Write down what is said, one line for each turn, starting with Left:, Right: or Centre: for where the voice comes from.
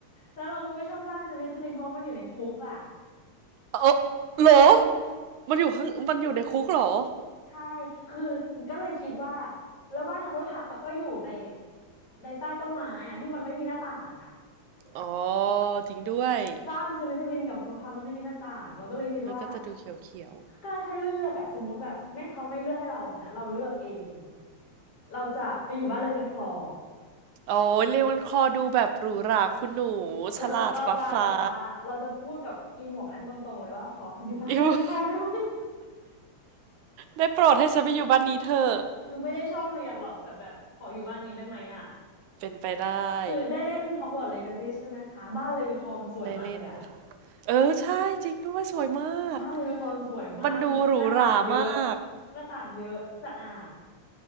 Left: แล้วเราก็ไม่ชอบบ้านสลิธีรินเพราะมันอยู่ในคุกอะ
Right: เออเหรอมันอยู่ข้างมันอยู่ในคุกเหรอ
Left: ใช่ คือก็เลยคิดว่าแล้วบ้านฮับเบิลฮับอะก็อยู่ในในใต้ต้นไม้อะที่มันไม่มีหน้าต่างอะ
Right: อ๋อจริงด้วย
Left: บ้านซิลิทิลินกับฮับเบิลฮับมันไม่มีหน้าต่าง เราก็เลยคิดว่า
Right: มันก็จะดูเขียวเขียว
Left: ก็ให้เลือกอะสมมุติแบบไม่เขาไม่เลือกให้เรานะเราเลือกเอง เราจะไปอยู่บ้านเลยเป็นคลอ
Right: โอ้ยเรวันคอดูแบบหรูหราคุณหนูฉลาดฟ้าฟ้า
Left: เดี๋ยวเราเราจะแบบว่าเราจะพูดกับอีหมวกนั้นตรงๆเลยว่าขอไปอยู่บ้านเลยเป็นคลอได้ไหม
Right: อิว <laughs> ได้โปรดให้ฉันไปอยู่บ้านนี้เถอะ
Left: คือไม่ได้ชอบเรียนหรอกแต่แบบขออยู่บ้านนี้ได้ไหมอะ
Right: เป็นไปได้
Left: คือได้เล่นฮอกวอตส์เลกาซี่ใช่ไหมคะบ้านเลยเป็นคลอมันสวยมากเลยอะ
Right: ได้เล่นค่ะเออใช่จริงด้วยสวยมาก
Left: บ้านเลยเป็นคนสวยมากหน้าต่างเยอะ
Right: มันดูหรูหรามาก
Left: หน้าต่างเยอะสะอาด